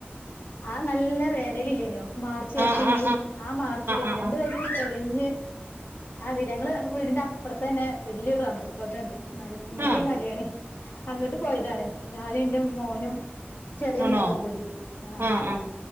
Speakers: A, on the left; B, on the right.
A: ആ നല്ല വേനലില്ലേനോ മാർച്ച്
B: ആ
A: ഏപ്രിൽ
B: ആ
A: മെയ് ആ മാർച്ചിലേന
B: ആ ആ
A: <unintelligible> നങ്ങളെ വീടിൻ്റെ അപ്പത്തന്നെ വലിയ റബ്ബർ തോട്ടണ്ട് മലപ്പം വല്യ
B: ആ
A: മലയാണ് അങ്ങട്ട് പോയതാണ് ഞാനും ന്റെ മോനും ചെറിയ
B: ആണോ
A: മോളും കൂടി ആഹ്
B: ആ ആ